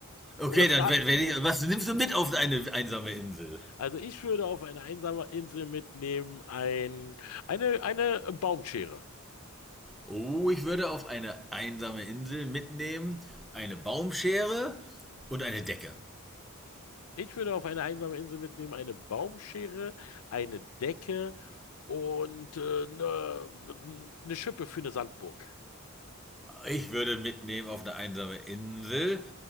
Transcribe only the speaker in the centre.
Okay,
dann wenn, wenn ich, was nimmst du mit auf eine einsame Insel?
Oh, ich würde auf eine einsame Insel mitnehmen eine Baumschere und eine Decke.
Ich würde mitnehmen auf eine einsame Insel